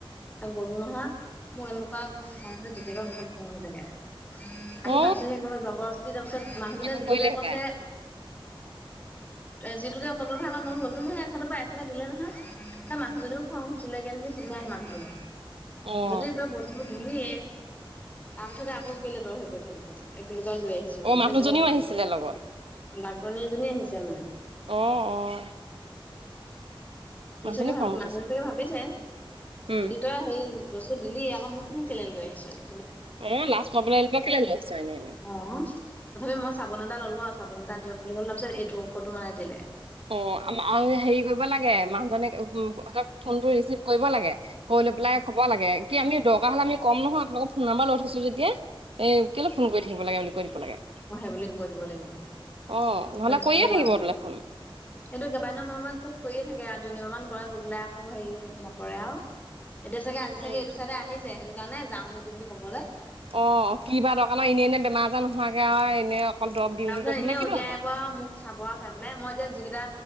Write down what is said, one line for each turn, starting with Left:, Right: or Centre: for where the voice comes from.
Left: এ গলো নহয় মোক এনেকুৱা মো খং উঠে তেতিয়া পা বহুত খং উঠি থাকে
Right: অ,
Left: আহি পাইছোহে একেবাই জবৰদস্তি তাৰ পিছত মানুহখনে
Right: আকৌ
Left: যেনেকে
Right: কৰিলে হপায়,
Left: কছে যিটোকে এসত্ৰতা ক মন ললো নহয় এশত বা এটা দিলে নহয় <unintelligible> এ মানুহজননেীও খং হৈচছিলে কেে নেকি ঠিকনাাই আহে মানুহটোলৈ
Right: অ,
Left: যদি কতিা ব <unintelligible> ধুনিয়ে তাৰ পিছতে আকৌ কেলে তহ সে গৈ থাকিব লাগে একেলগ লৈ আহিছ <unintelligible> এনেকে
Right: অ, মানুহজনীও
Left: চাগে ভাল
Right: আহিছিলে লগত,
Left: ডাক্তৰনী এজনী আহিছে মানে
Right: অঁ অঁ
Left: সি
Right: মানুহজনী
Left: চাগে ভাব
Right: খং
Left: মানুহে
Right: উঠিছে,
Left: চাগে ভাবিছে
Right: উম,
Left: যদি তই সেই বস্তু দিলি আকৌ মোকনু কেলে লৈ আহিছ ই
Right: অঁ লাছ পাবলে <unintelligible> কেলৈ লৈ আহিছো এনে এনেই
Left: অ তথাপি মই চাবোন এটা ললো আৰু চাবোন এটা দিয়ক বুলি কলে তাৰপিছত এইটো ঔষধো মানে দিলে।
Right: অ আৰু হেৰি কৰিব লাগে মানুহজনেক ফোনটো ৰিচিভ কৰিব লাগে। কৰি
Left: উম
Right: লৈ পেলাই কব লাগে, কি আমি দৰকাৰ হ'লে আমি কম নহয় আপোনালোকক ফোন নম্বাৰ লৈ থৈছো যেতিয়া। এ কেলে ফোন কৰি থাকিবা লাগে বুলি কৈ দিব লাগে।
Left: অ সেই বুলি কৈ দিব লাগিব।
Right: অ নহ'লে
Left: ৰিচিভে
Right: কৰিয়ে থাকিব
Left: কৰা নহল
Right: তোলে ফোন।
Left: এইটো কেইবাদিনো মই খুব কৰিয়ে থাকে আৰু তিনিবাৰ মান কৰা বোলে আকৌ হেৰি নকৰে আৰু। এতিয়া চাগে আজি
Right: উম,
Left: চাগে এইটো চাইডে আহিছে সেইটো কাৰণে যাওঁ নেকি বুলি কবলৈ
Right: অ কিবা বা দৰকাৰ ন এনেই এনে বেমাৰ আজাৰ নোহোৱাকৈ আৰু এনে অকল
Left: তাৰ
Right: দৰৱ দিওঁনি
Left: পিছত
Right: সুধিলে
Left: এনেই
Right: কি
Left: উলিয়াই
Right: নো হ'ব।
Left: আহিব আৰু মোক চাব আৰু চাই পেলাই মই এতিয়া যিকেইটা